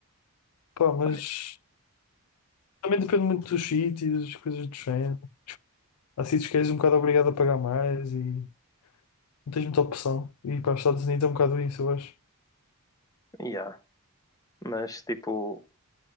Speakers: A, on the left (about 85°); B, on the left (about 15°).
A: pá, mas
B: Mano,
A: também depende muito dos sítios, coisas do género. Há sítios que és um bocado obrigado a pagar mais e. não tens muita opção. E para os Estados Unidos é um bocado isso, eu acho.
B: yeah. Mas, tipo,